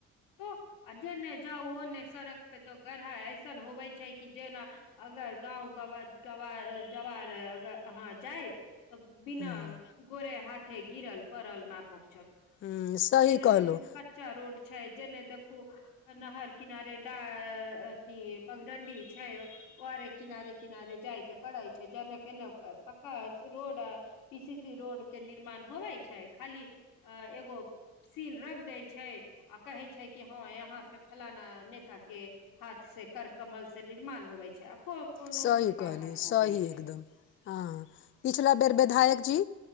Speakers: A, on the left; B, on the left.
A: त आ जेने जाउ ओन्ने सड़क पे तऽ गढ़हाइ ऐसन होबै छै कि जेना अगर गाँव गवात गव <unintelligible> गवार अगर अहाँ जायब तऽ बिना
B: हम्म
A: गोरे हाथे गिरल पड़ल नाप <unintelligible>
B: हम्म, सही
A: जेने
B: कहलहुँ
A: देखू कच्चा रोड छै जेने देखू नहर कनारे अथि पगडंडी छै किनारे किनारे जाय के पड़ैत छै जेने केने पक्का रोड आ पीसी सी रोड के निर्माण होबे छै खाली एगो सील रख दै छैय कहै छै कि हँ यहााँ पे फलाना नेता के हाथ से कर कमल से निर्माण होवै छैय को कोनो
B: सही
A: निर्माण
B: कहलियै
A: नहि होवै
B: सही
A: छैय
B: एकदम हँ पिछला बेर विधायक जी